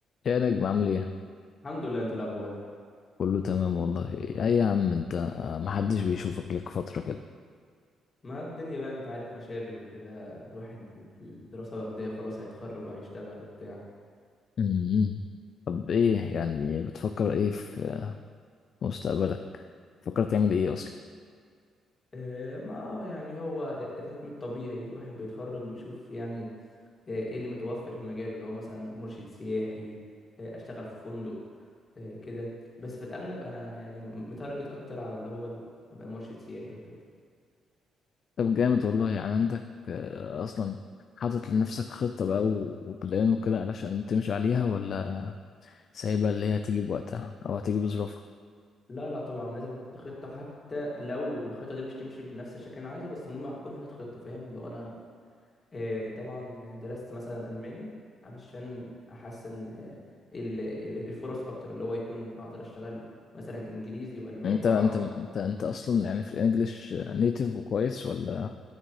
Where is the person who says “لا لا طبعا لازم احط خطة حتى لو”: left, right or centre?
Left